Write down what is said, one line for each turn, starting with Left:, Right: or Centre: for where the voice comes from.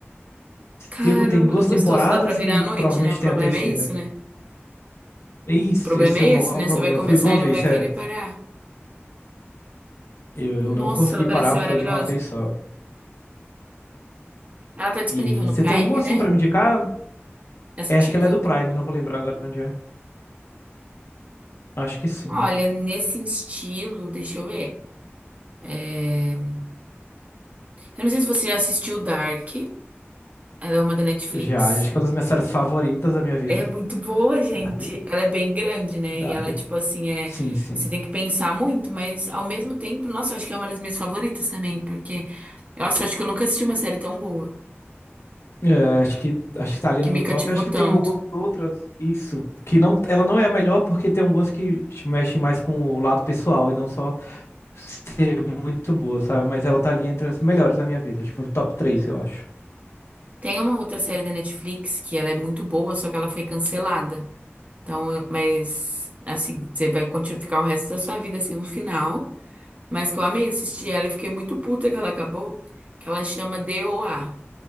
Right: Caramba,
Left: Silo tem duas
Right: que
Left: temporadas
Right: gostoso, dá pra virar
Left: e
Right: à noite,
Left: provavelmente
Right: né? O problema
Left: tem a terceira.
Right: é isso, né?
Left: É Isso,
Right: O problema
Left: esse
Right: é
Left: é o maior
Right: esse, né?
Left: problema.
Right: Você vai começar
Left: Foi de uma
Right: e
Left: vez,
Right: não vai
Left: sério.
Right: querer parar.
Left: Eu, eu
Right: Nossa,
Left: não consegui
Right: ela parece
Left: parar,
Right: ser maravilhosa.
Left: foi de uma vez só.
Right: Ela tá disponível
Left: E
Right: no
Left: você
Right: Prime,
Left: tem algum assim
Right: né?
Left: pra me indicar?
Right: Essa
Left: É,
Right: dica.
Left: acho que ela é do Prime, não vou lembrar agora onde é. Acho que sim.
Right: Olha, nesse estilo, deixa eu ver. É, Eu não sei se você já assistiu Dark. Ela é uma da Netflix.
Left: Já, acho que é uma das minhas séries favoritas da minha vida.
Right: É muito boa, gente.
Left: Dark,
Right: Ela é bem grande, né?
Left: Dark.
Right: E ela, tipo assim, é.
Left: Sim, sim.
Right: Você tem que pensar muito, mas ao mesmo tempo, nossa, eu acho que é uma das minhas favoritas também, porque Nossa, eu acho que eu nunca assisti uma série tão boa,
Left: É, acho que acho que tá ali
Right: que
Left: no
Right: me
Left: meu
Right: cativou
Left: top. Acho
Right: tanto.
Left: que tem algumas outras, isso, que não, ela não é a melhor porque tem algumas que mexem mais com o lado pessoal e não só ser muito boa, sabe? Mas ela tá ali entre as melhores da minha vida, tipo, top três eu acho.
Right: Tem uma outra série da Netflix que ela é muito boa, só que ela foi cancelada. Então, eu- mas assim, você vai continuar ficar o resto da sua vida sem um final. Mas que eu amei assistir ela e fiquei muito puta que ela acabou, que ela chama DOA,